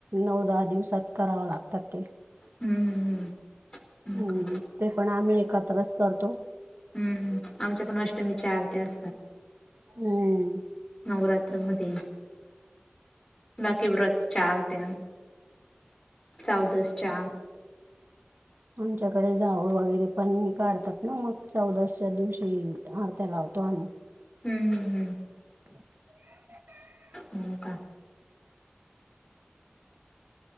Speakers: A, on the right (about 60°); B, on the left (about 20°).
A: नऊ दहा दिवस. त कराव लागतात ते.
B: हम्म हम्म हम्म. हो
A: हम्म
B: का
A: ते पण आम्ही एकत्रच करतो.
B: हम् आमच्या पण आरती.
A: हम्म.
B: नवरात्रामध्ये. बाकी व्रत चार त्या चौदसच्या.
A: आमच्याकडे जावळ वगैरे पण काढतात ना मग चौदशच्या दिवशी आरत्या लावतो आम्ही.
B: हम्म हम् हम्म.
A: <inaudible>
B: हम्म हो का